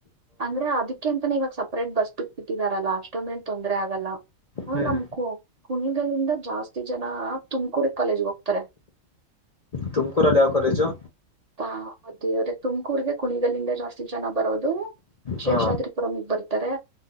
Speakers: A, on the right; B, on the left.
A: ಅಂದ್ರೆ ಅದಕ್ಕೆ ಅಂತಾನ ಇವಾಗ ಸಪ್ರೇಟ್ ಬಸ್ ಬಿಟ್ಟ ಬಿಟ್ಟಿದಾರಲ್ಲ ಅಷ್ಟೊಂದೇನ್ ತೊಂದ್ರರೆ ಆಗಲ್ಲ ಹ
B: ಹ್ಮ್
A: ನಮ್ ಕು ಕುಣಗಗಳಿಂದ ಜಾಸ್ತಿ ಜನ ತುಮಕೂಡಿ ಕಾಲೇಜ್ ಹೋಗ್ತಾರೆ
B: ತುಮಕೂರ ಯವ ಕಾಲೇಜು
A: ಾ ಅದೇವ್ರೆ ತುಮಕೂರ್ಗೆ ಕುಣಿಗಲಂದ ಜಾಸ್ತಿ ಜನ ಬರೋದು ಶೇಷಾದ್ರಿಪುರಮಗ್
B: ಹಾ
A: ಬರತ್ತೆ